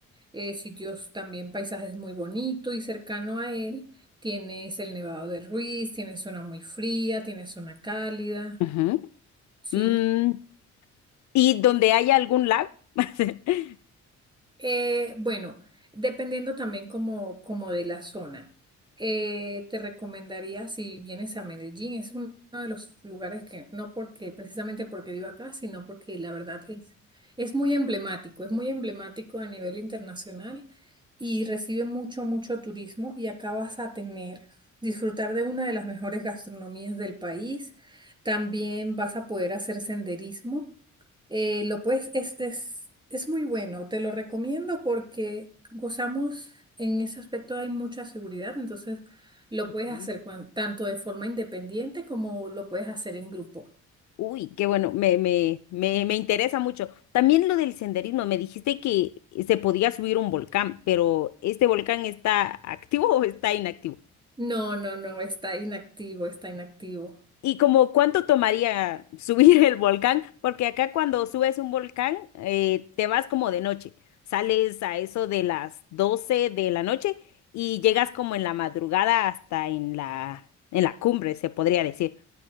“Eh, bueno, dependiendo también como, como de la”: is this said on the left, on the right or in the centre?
Right